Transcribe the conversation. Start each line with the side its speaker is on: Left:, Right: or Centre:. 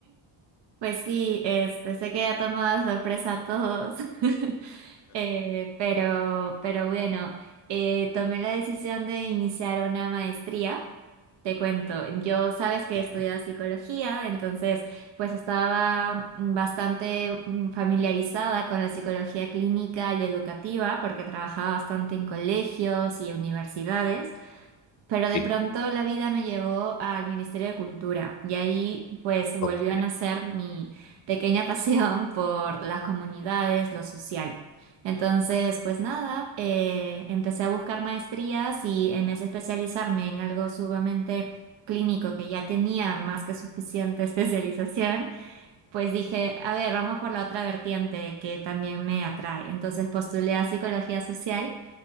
Right: pues sí, este, sé que ha tomado de sorpresa a todos, <laughs> Eh, pero, pero bueno, eh, tomé la decisión de iniciar una maestría. Te cuento, yo sabes que
Left: Ujú,
Right: he estudiado psicología, entonces pues estaba mm, bastante mm, familiarizada con la psicología clínica y educativa porque trabajaba bastante en colegios y universidades. Pero de
Left: Sí,
Right: pronto la vida me llevó al Ministerio de Cultura y ahí pues volvió
Left: Ok.
Right: a nacer mi pequeña <laughs> pasión por las comunidades, lo social. Entonces, pues nada, eh, empecé a buscar maestrías y en vez de especializarme en algo sumamente clínico que ya tenía más que suficiente <laughs> especialización, pues dije, a ver, vamos por la otra vertiente que también me atrae. Entonces postulé a psicología social